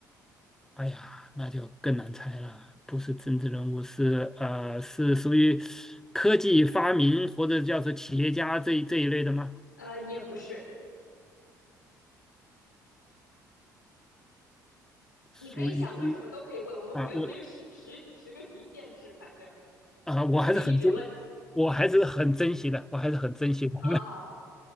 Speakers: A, in the centre; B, on the left (about 80°).
A: 哎呀，那就更难猜了，不是政治人物，是呃，是属于科技发明或者叫做企业家这一这一类的吗？
B: 呃，也不是，
A: 属于
B: 你可以想问什么都可以问，我们不用这个十十十个题限制，
A: 啊，我
B: 反正
A: 啊，我还是很珍，
B: 你就可以一直问。
A: 我还是很珍惜的，我还是很珍惜的。
B: 好好好，